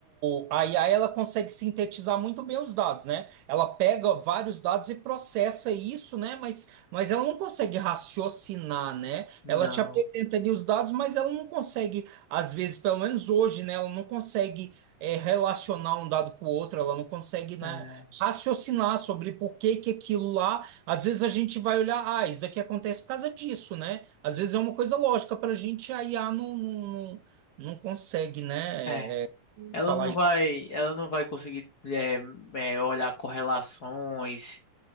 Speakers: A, on the right; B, on the left.
A: o, a IA ela consegue sintetizar muito bem os dados, né? Ela pega vários dados e processa isso, né? Mas, mas ela não consegue raciocinar, né?
B: Não.
A: Ela te apresenta ali os dados, mas ela não consegue, às vezes, pelo menos hoje, né? Ela não consegue é, relacionar um dado com o outro, ela não consegue, né,
B: É.
A: raciocinar sobre por que que aquilo lá às vezes a gente vai olhar, ah, isso daqui acontece por causa disso, né? Às vezes é uma coisa lógica para a gente, a IA não, não, não não consegue, né,
B: é.
A: é, é,
B: Ela
A: falar
B: não
A: isso.
B: vai, ela não vai conseguir é, é, olhar correlações,